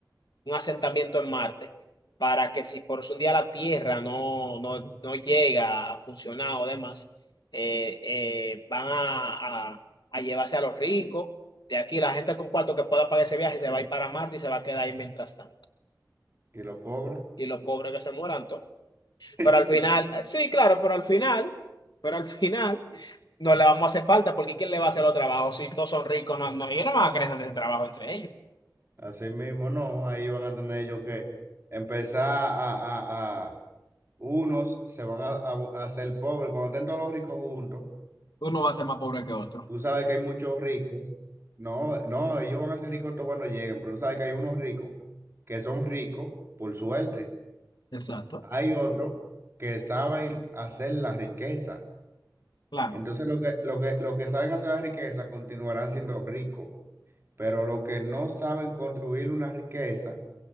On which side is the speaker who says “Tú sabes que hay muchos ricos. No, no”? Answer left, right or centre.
Right